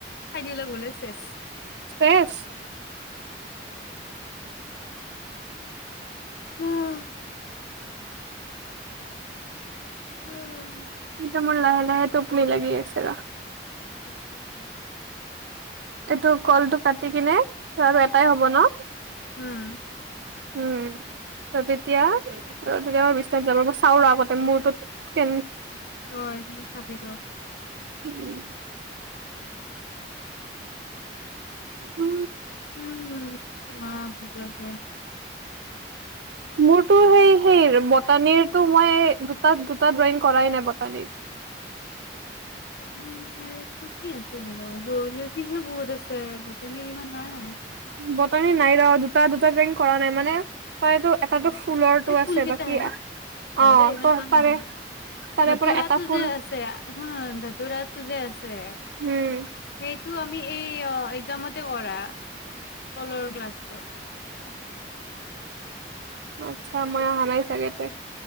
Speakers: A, on the left; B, on the right.
A: খাই দিলে বোলে ছেচ। <inaudible>
B: চেচ
A: উম। উম
B: এতিয়া মোৰ লাহে লাহে তুপনি লাগি আছে আৰু।
A: উ
B: এইটো কলটো কাটি কিনে আৰু এটাই হব ন?
A: উম।
B: উম ত তেতিয়া। তেতিয়া মই বিশ্বনাথ যাব চাও ৰ আগতে মূৰটো কে
A: অ নি চাবি ৰ
B: উম উম। উ
A: উম মা ভোক লাগছে।
B: মোৰ তো সেই সেই বটানিৰটো মই দুটাত দু তই ড্ৰয়িং কৰাই নাই বটানিৰ।
A: ত এনেই কি কি আছিলে বাৰু? জ'লজী হে বহত আছে বুটানি ইমান নাই।
B: বটানি নাই লোৱা আৰু, দুটা দুটা জেং কৰা নাই। মানে তাৰেতো এটাতো
A: উ
B: ফুলৰটো
A: এই ফুল
B: আছে
A: কেইটাহে।
B: বাকী
A: হ'ব
B: অ
A: দেই ইমান
B: ত
A: টান
B: তাৰে
A: নহয়
B: তাৰে
A: ধতুৰাটো
B: পৰা এটা ফুল
A: যে আছে, হ ধতুৰা এইটো যে আছে। যে,
B: উম
A: সেই টো আমি এই একজামতে কৰা, তলৰ ক্লাছটোত।
B: আচ্ছা মই অহা নাই চাগে তাতে।